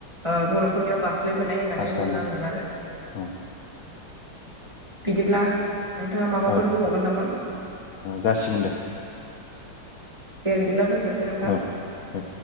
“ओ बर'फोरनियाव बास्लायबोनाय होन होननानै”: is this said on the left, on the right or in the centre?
Right